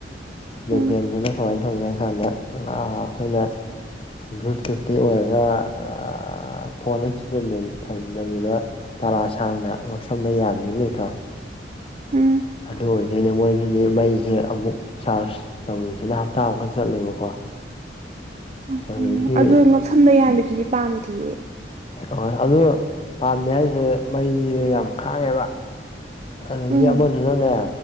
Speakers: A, on the left (about 30°); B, on the right (about 40°).
A: ꯅꯦꯛꯕꯦꯟꯁꯤꯅ
B: ꯎꯝ
A: ꯀꯃꯥꯏꯅ ꯇꯧꯒꯦ ꯍꯥꯏ ꯀꯥꯟꯗ ꯅꯥ ꯑꯩꯈꯣꯏꯅ ꯕ꯭ꯂꯨꯇꯨꯠꯇꯤ ꯑꯣꯏꯔꯒ ꯑꯥ ꯐꯣꯟꯗ ꯊꯤꯖꯤꯟꯗꯕꯤ ꯊꯝꯖꯤꯟꯗꯕꯤꯗ ꯇꯔꯥ ꯁꯥꯡꯅ ꯉꯛꯁꯝꯗ ꯌꯥꯟꯕꯤ ꯑꯃ ꯂꯩꯇ꯭ꯔꯣ
B: ꯎꯝ
A: ꯑꯗꯨ ꯑꯣꯏꯗꯣꯏꯅꯦ ꯃꯣꯏꯁꯤꯗꯤ ꯃꯩꯁꯦ ꯑꯃꯨꯛ ꯆꯥꯔꯖ ꯇꯧꯈꯤꯕꯁꯤꯅ ꯍꯞꯇꯥ ꯑꯃꯨꯛꯀ ꯆꯠꯂꯦꯕꯀꯣ
B: ꯎꯝ
A: ꯑꯗꯨꯗꯒꯤ
B: ꯎꯝ ꯑꯗꯣ ꯉꯛꯁꯝꯗ ꯌꯥꯟꯕꯤꯗꯨꯗꯤ ꯄꯥꯝꯗꯤꯌꯦ
A: ꯍꯣꯏ ꯑꯗꯨ ꯄꯥꯝꯗꯦ ꯍꯥꯏꯁꯦ ꯃꯩꯁꯦ ꯌꯥꯝ ꯈꯥꯡꯉꯦꯕ ꯑꯗꯒꯤ
B: ꯎꯝ
A: ꯑꯃꯗꯣ ꯑꯗꯨꯅꯦ